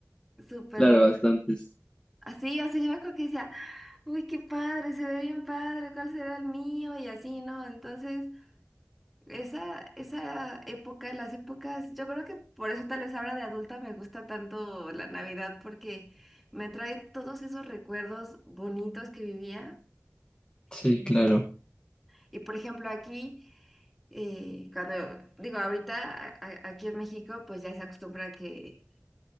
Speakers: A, in the centre; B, on the left.
A: súper
B: claro,
A: bonito.
B: bastantes.
A: Así, así yo me acuerdo que decía, uy, qué padre, se ve bien padre, ¿cuál será el mío? Y así, ¿no? Entonces, esa, esa época, las épocas, yo creo que por eso tal vez ahora de adulta me gusta tanto la Navidad porque me trae todos esos recuerdos bonitos que vivía.
B: Sí,
A: Y,
B: claro,
A: y, por ejemplo, aquí, eh, cuando digo ahorita, a- a- aquí en México, pues ya se acostumbra que